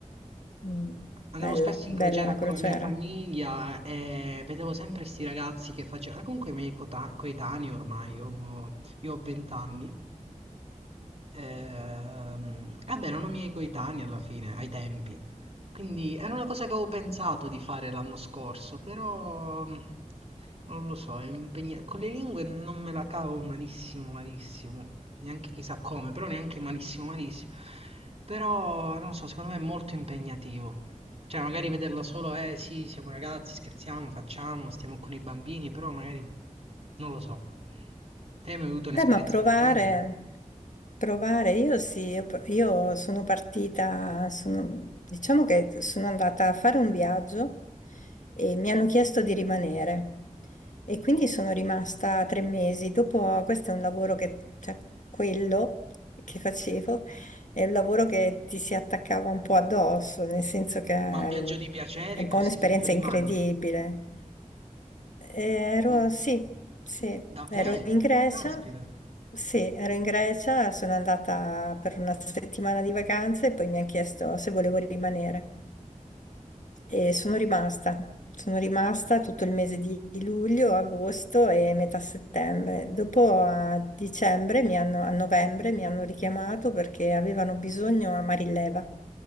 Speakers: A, on the left; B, on the right.
A: Mm,
B: Andavo
A: Bella,
B: spesso in
A: bella
B: crociera
A: la
B: con
A: crociera.
B: la mia famiglia e vedevo sempre questi ragazzi che facevano, comunque i miei cota- coetanei ormai, io, mo- io ho 20 anni, Ehm, vabbè, erano miei coetanei alla fine, ai tempi. Quindi era una cosa che avevo pensato di fare l'anno scorso, però mh, non lo so, è impegna- con le lingue non me la cavo malissimo, malissimo. Neanche chissà come, però neanche malissimo, malissimo. Però non lo so, secondo me è molto impegnativo. Cioè, magari vederla solo, eh sì, siamo ragazzi, scherziamo, facciamo, stiamo con i bambini, però magari non lo so. Te hai mai avuto un'esperienza
A: Beh, ma provare,
B: del genere?
A: provare, io sì, io, pro- io sono partita, sono- diciamo che sono andata a fare un viaggio e mi hanno chiesto di rimanere e quindi sono rimasta tre mesi. Dopo, questo è un lavoro che, cioè, quello che facevo, è un lavoro che ti si attaccava un po' addosso, nel senso che mm,
B: Ma un viaggio di piacere
A: è un
B: così
A: po' un'esperienza
B: tu, tu rimani.
A: incredibile. Ero,
B: Mm,
A: sì, sì,
B: Davvero?
A: ero in Grecia,
B: Caspita,
A: sì, ero in Grecia, sono andata per una settimana di vacanze e poi mi ha chiesto se volevo rimanere. E sono
B: caspita,
A: rimasta,
B: ho
A: sono rimasta tutto il mese di di luglio, agosto e metà settembre. Dopo a dicembre, mi hanno, a novembre, mi hanno richiamato perché avevano bisogno a Marileva